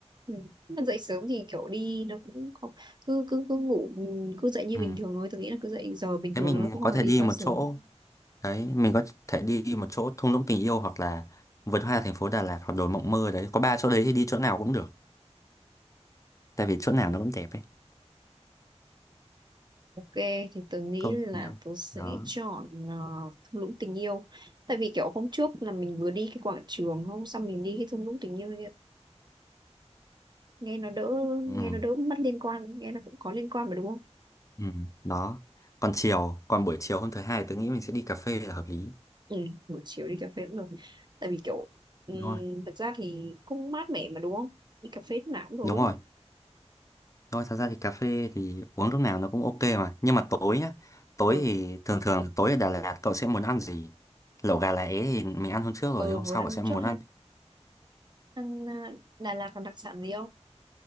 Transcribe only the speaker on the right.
ừ. mà dậy sớm thì kiểu đi nó cũng không cứ cứ cứ ngủ ừ, cứ dậy như
bình thường thôi tôi nghĩ là cứ dậy giờ bình
thường
thôi cũng không
phải đi
quá
sớm
ok thì tớ nghĩ
là
tớ sẽ
chọn uh, thung lũng tình yêu tại vì kiểu hôm trước là mình vừa đi cái quảng trường hôm sau mình đi cái thung lũng tình yêu nghe nó đỡ nghe
nó đỡ mất liên quan nghe nó cũng có liên quan mà đúng không
ừ, buổi chiều đi cà phê cũng được tại vì kiểu ừm,
thực ra thì cũng mát mẻ mà đúng không đi cà phê lúc nào cũng được
luôn
á
ừ.
ờ
vừa
ăn
hôm trước
ha ăn à, Đà Lạt còn đặc sản gì không